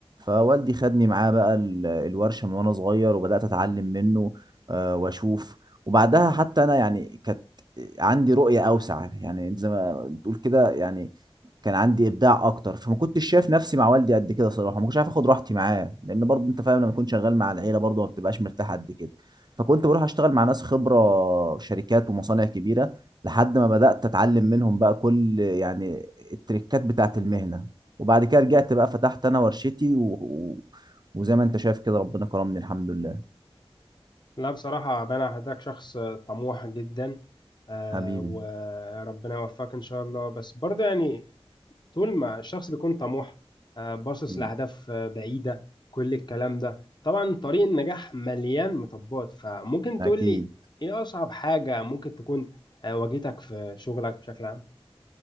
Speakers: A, on the right (about 40°); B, on the left (about 45°).
A: فوالدي خدني معاه بقى ال- الورشة من وانا صغير وبدأت اتعلم منه آه، واشوف وبعدها حتى انا يعني كانت عندي رؤية اوسع يعني زي ما بتقول كده يعني كان عندي ابداع اكتر فما كنتش شايف نفسي مع والدي قد كده صراحه ما كنتش عارف اخد راحتي معاه لان برضه انت فاهم لما تكون شغال مع العيله برضه ما بتبقاش مرتاح قد كده فكنت بروح اشتغل مع ناس خبره شركات ومصانع كبيره لحد ما بدات اتعلم منهم بقى كل يعني التريكات بتاعه المهنه وبعد كده رجعت بقى فتحت انا ورشتي و... و... وزي ما انت شايف كده ربنا كرمني الحمد لله
B: لا بصراحة بنا حضرتك شخص طموح جدا آه
A: حبيبي
B: وربنا يوفقك ان شاء الله بس برضو يعني طول ما الشخص بيكون طموح آه، باصص
A: مم.
B: لأهداف آه، بعيدة كل الكلام ده طبعا طريق النجاح مليان مطبات فممكن تقول
A: اكيد
B: لي ايه أصعب حاجة ممكن تكون آه، واجهتك في شغلك بشكل عام؟